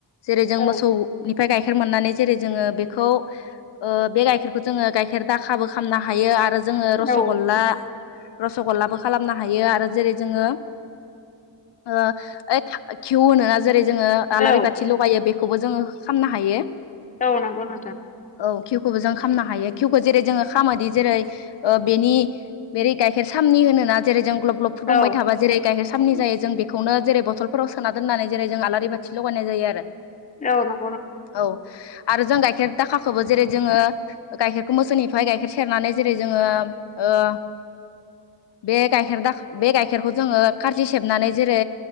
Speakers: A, on the left; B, on the left.
A: जेरै जों
B: औ
A: मोसौ निफ्राय गायखेर मोननानै जेरै जोङो बेखौ ओ बे गायखेरखौ जोङो गायखेर दाखाबो खालामनो हायो आरो जोङो रस'गल्ला
B: औ
A: रस'गल्लाबो खालामनो हायो आरो जेरै जोङो ओ ऐ खिउ होनो जेरै जोङो आलारि
B: औ
A: बाथि लगायो बेखौबो जोङो खालामनो हायो‌।
B: औ नंगौ नोंथां।
A: औ खिउखौबो जों खालामनो हायो खिउखौ जेरै जोङो खालामोदि जेरै ओ बेनि बेेरै गायखेर सा नि होनोना जेरै जों ग्लब ग्लब फुदुंबाय
B: औ
A: थाबा जेरै गायखेर सामनि
B: औ
A: जायो जों बेखौनो जेरै बटलफोराव सोना दोननानै जेरै जों आलारि बाथि लगायनाय जायो आरो।
B: औ नं
A: औ। आरो जों गायखेर दाखाखौबो जेरै जोङो गायखेरखौ मोसौनिफ्राय गायखेर सेरनानै जेरै जोङो ओ
B: <inaudible>
A: बे गायखेर दा बे गायखेरखौ जोङो खारजि सेबनानै जेरै